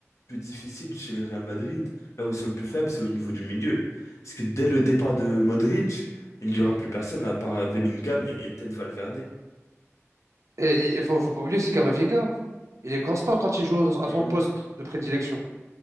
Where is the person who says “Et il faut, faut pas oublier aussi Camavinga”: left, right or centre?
Right